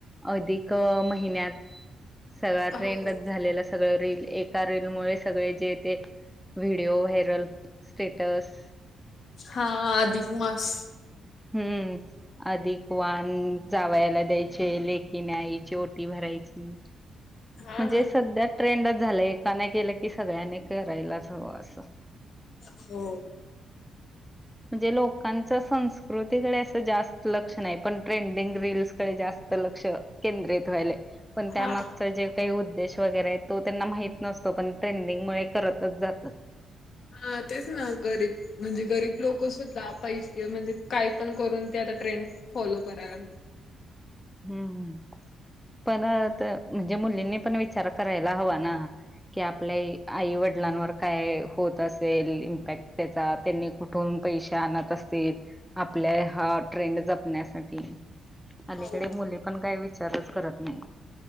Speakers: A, in the centre; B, on the left.
A: अधिक महिन्यात सगळा
B: हो
A: ट्रेंडच झालेला सगळ रील एका रीललमुळे सगळे जे ते विडिओ व्हायरल, स्टेटस
B: हा अधिक मास.
A: हम्म. अधिक वान जावायला द्यायचे लेकिन आईची ओटी भराय यायची.
B: हा
A: म्हणजे सध्या ट्रेंडच झालं एकाने केलं की सगळ्यांनी करायलाच हवं असं.
B: हो.
A: <unintelligible> म्हणजे लोकांच्या संस्कृतीकडे असं जास्त लक्षण नाही, पण ट्रेंडिंग रील्स कडे जास्त लक्ष केंद्रित व्यायल पण त्या
B: हा
A: मागचं जे उद्देश वगैरे तो त्यांना माहिती नसतो, पण ट्रेंडिंगमुळे करतच जातात.
B: हा तेच ना गरीब म्हणजे गरीब लोक सुद्धा पैसे म्हणजे काय पण करून त्या ट्रेंड फॉलो कराय ला
A: हम्म हम्म. पण म्हणजे मुलींनी पण विचार करायला हवा ना? की आपल्या आई वडिलांवर काय होत असेल इम्पॅक्ट त्याचा त्यांनी कुठून पैसे आणत असतील. आपल्या हा ट्रेंड जपण्यासाठी अलीकडे
B: हो
A: मुले पण काय वि विचारच करत नाही.